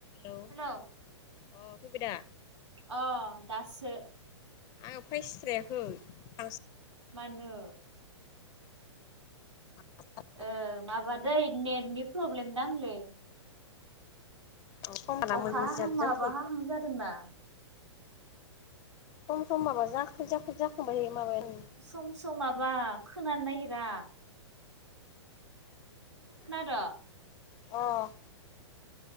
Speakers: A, on the left; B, on the right.
A: औ
B: हेलौ
A: अ फैबाय दा?
B: अ दासो।
A: आङो फायस्रायाखै थांसो
B: मानो?
A: <unintelligible>
B: ओ माबादै नेटनि प्रब्लेम दांलै।
A: आं सम लाना
B: अख
A: मोनजाब
B: हाहां माबाहाहां
A: जाबाय थायो
B: जादों ना।
A: ओ सम सम माबा जाख्रि जाख्रि जाखांबायो माबायानो।
B: सम सम माबा खोनानो नागिरा। खोनादो
A: अह